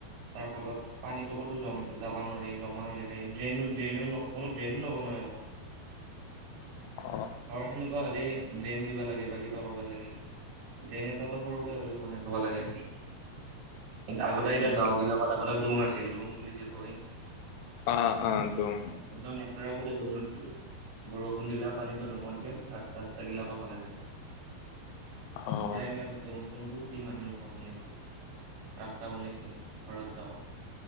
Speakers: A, on the right (about 85°); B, on the left (about 85°).
A: তাৰ ফলত পানীটো ক'তো জম যাবা নোৱাৰি, জমা হৈ থাকে, ড্ৰেইনো ড্ৰেইনো ন কোনো ড্ৰেইনো ল'ব নোৱাৰে আকৌ।
B: অ
A: ধৰা সেনেকুৱা হলেই ড্ৰেইন দিবা লাগে বা কিবা কৰিবা লাগে। ড্ৰেইন এতাতো সৰুকে হ'লেও বনাই থ'ব লাগে। আগতে এতিয়া
B: উম
A: গাওঁ গিলাকত আগতে দোং আছিল, দোং বুলি যে কয়।
B: অ, অ দোং।
A: একদম ৰাস্তাৰ কাষতে দোং আছিল, বৰষুণ দিলা পানীতো ডোঙত গেল, ৰাস্তা চাস্ত গিলাকো ভালে থাকিল।
B: অ',
A: এতিয়া এগিলাক দোং- চোং পুতি মানুহে ঘৰ বনাইছিল। ৰাস্তা বনাইছি ঘৰত যাৱা,